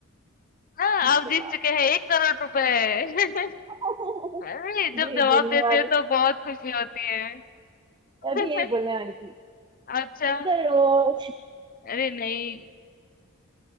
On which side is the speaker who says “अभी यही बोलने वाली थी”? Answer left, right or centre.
Right